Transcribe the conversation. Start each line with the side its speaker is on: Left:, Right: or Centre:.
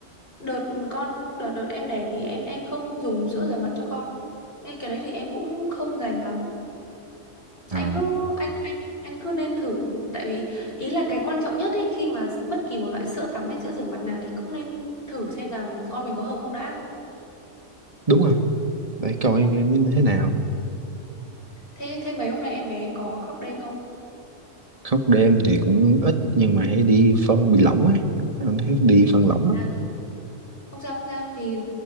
Left: đợt con đợt đợt em đẻ thì em em không dùng sữa rửa mặt cho con nên cái đấy thì em cũng không dành lắm
Right: à,
Left: anh cứ anh anh anh cứ nên thử tại vì ý là cái quan trọng nhất ấy khi mà bất kỳ một loại sữa tắm hay sữa rửa mặt nào thì cũng nên thử xem là con mình có hợp không đã
Right: đúng rồi để coi như như thế nào
Left: thế thế mấy hôm nay em bé có khóc đêm không
Right: khóc đêm thì cũng ít nhưng mà hay đi phân bị lỏng á anh thấy đi phân lỏng á
Left: à, không sao không sao thì